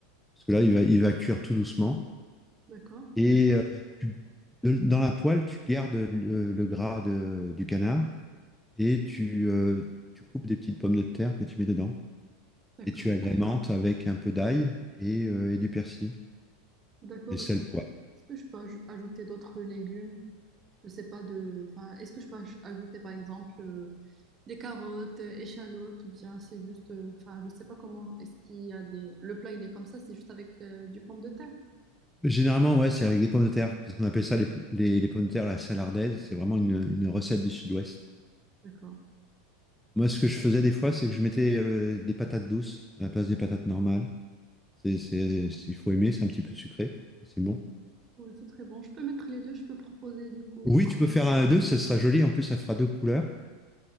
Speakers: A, in the centre; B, on the right (about 25°).
A: Parce que là, il va, il va cuire tout doucement.
B: D'accord,
A: Et euh, tu- de- dans la poêle, tu gardes le, le gras de- du canard et tu, euh, tu coupes des petites pommes de terre que tu mets dedans.
B: d'accord,
A: Et tu agrémentes avec un peu d'ail et, euh, et du persil.
B: d'accord.
A: Et sel
B: Je- Est-ce que je peux aj- ajouter d'autres légumes? je sais pas de, enfin, est-ce que je peux aj- ajouter par exemple euh, des carottes, euh, échalotes ou bien c'est juste, euh, enfin, je sais pas comment. Est-ce qu'il y a des, le plat il est comme ça, c'est juste avec euh, du pomme de terre.
A: Généralement, ouais, c'est avec des pommes de terre, parce qu'on appelle ça les, les- les pommes de terre à la salardaise. C'est vraiment une, une recette du sud-ouest.
B: D'accord.
A: Moi, ce que je faisais des fois, c'est que je mettais euh, des patates douces à la place des patates normales. C'est, c'est, c'est- il faut aimer, c'est un petit peu sucré, mais c'est bon.
B: Oui, c'est très bon. Je peux mettre les deux. Je peux proposer du coup.
A: Oui, tu peux faire un à deux, ça sera joli. En plus, ça fera deux couleurs.